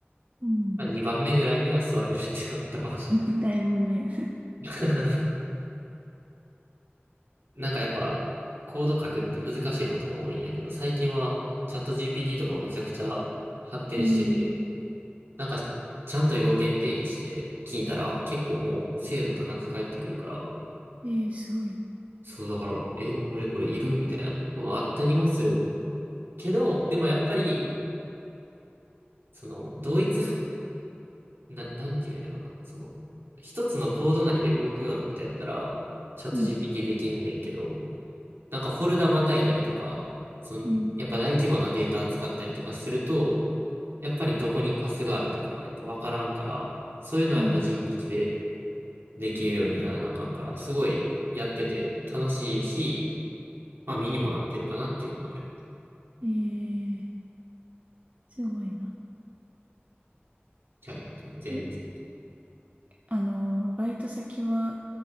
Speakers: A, on the right; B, on the right.
A: うん
B: まあ、2番目ぐらいには座れるっていうのあったかもしれ
A: <laughs> だいぶ目。
B: ない。<laughs> なんかやっぱ、コード書くって難しいことも多いんやけど、最近はチャット GPT とかもめちゃくちゃ発展してて、
A: うん。
B: なんかちゃんと要件定義して聞いたら結構もう精度高く返ってくるから、
A: <laughs> えー、すごいね。
B: そうだから、え、俺これいるみたいな、うんあったりもする。けど、でもやっぱり、その、同一ふ、な、なんていうんやろな、その、一つのコード内で動くようなことやったら、チャット
A: うん。
B: GPT できんねんけど、なんかフォルダまたいだりとか、その、
A: うん
B: やっぱ大規模なデータ扱ったりとかすると、やっぱりどこにパスがあるとかがやっぱわからんから、そういうのはやっぱ人力で
A: うんう
B: できるようにならなあかんから、すごいやってて楽しいし、まあ身にもなってるかなっていうのがある。
A: ん。えーすごいな。
B: キャリアっても全然。
A: え、あの、バイト先は